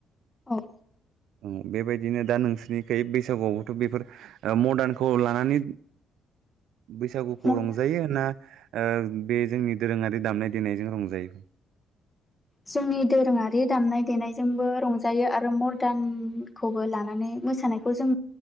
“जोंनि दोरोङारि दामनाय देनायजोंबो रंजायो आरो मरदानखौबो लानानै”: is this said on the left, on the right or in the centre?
Left